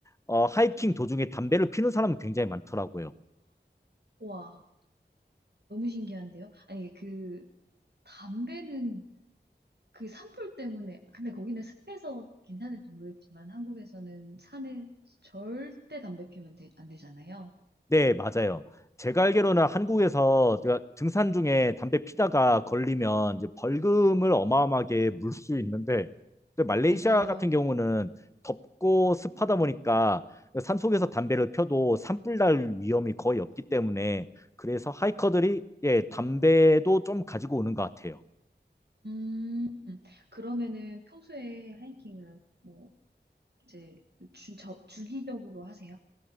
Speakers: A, on the left (about 15°); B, on the right (about 65°).
A: 어, 하이킹 도중에 담배를 피는 사람이 굉장히 많더라고요.
B: 와, 너무 신기한데요? 아니, 그 담배는 그 산불 때문에, 근데 거기는 습해서 괜찮을지 모르겠지만 한국에서는 산에 절대 담배 피우면 되- 안 되잖아요.
A: 네, 맞아요. 제가 알기로는 한국에서 제가 등산 중에 담배 피다가 걸리면 이제 벌금을 어마어마하게 물 수 있는데 근데 말레이시아
B: 맞아요.
A: 같은 경우는 덥고 습하다 보니까 산속에서 담배를 펴도 산불 날 위험이 거의 없기 때문에 그래서 하이커들이 예, 담배도 좀 가지고 오는 것 같아요.
B: 음, 그러면은 평소에 하이킹을 뭐 이제 주, 저, 주기적으로 하세요?